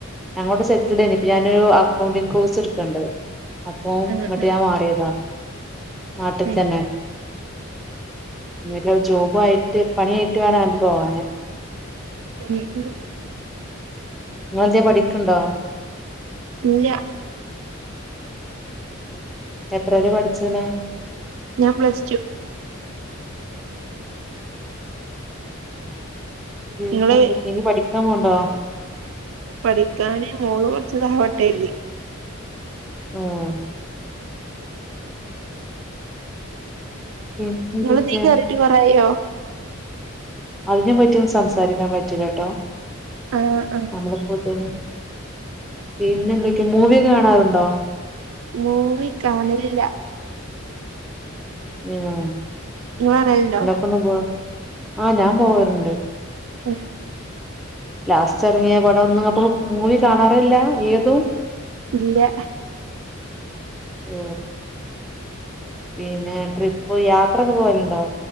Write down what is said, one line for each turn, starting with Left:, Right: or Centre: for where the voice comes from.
Centre: അങ്ങോട്ട സെറ്റിൽഡേെ ഇപ്പൊ ഞാനൊരു അക്കൗണ്ടിംഗ കോഴ്സ് ഇടുക്കണ്ടേ അപ്പൊ
Right: ആഹ്
Centre: ഇങ്ങോട്ട് ഞാൻ മാറിയതാ നാട്ട്ക്ക്ന്നെ
Right: ആഹ്
Centre: ഞ്ഞട്ട് ജോബു ആയിട്ട് പണിയ ആയിട്ട് വേണംണ്ട് പോവാന്
Right: ഉം ഉം
Centre: നീ എന്തേ പഠിക്കുണ്ടോ
Right: ഇല്ല
Centre: എത്ര വരെ പഠിച്ചന്
Right: ഞാൻ പ്ലസ്സ്ടു
Centre: <unintelligible> പിന്നെ
Right: ഇങ്ങള്
Centre: എന്തൊക്കെയ ഇനി പഠിക്കാൻ പോണ്ടോ
Right: പഠിക്കാന് മോള് കുറച്ചതവട്ടെല്ലേ
Centre: ഉം പിന്നെന്തൊക്കെ
Right: നിങ്ങതീക്ക് കയറിയിട്ട് കുറയോ
Centre: അതിനെ പറ്റിയൊന്ന് സംസാരിക്കാൻ പറ്റലട്ടോ
Right: ആഹ് ആഹ്
Centre: നമ്മള് <unintelligible> പിന്നെ എന്തൊക്കെയ മൂവി കാണാറുണ്ടോ
Right: മൂവി കാണലില്ല
Centre: ഉം
Right: നിങ്ങ കാണലുണ്ടോ
Centre: പിന്നെന്താ ആഹ് ഞാൻ പോവാറുണ്ട്
Right: <unintelligible>
Centre: ലാസ്റ്റ് ഇറങ്ങിയ പടംന്നും അപ്പൊ മൂവി കാണാറില്ല ഏതും
Right: ഇല്ല
Centre: ഓ പിന്നെ ട്രിപ്പ് യാത്ര ഒക്കെ പോവലുണ്ടോ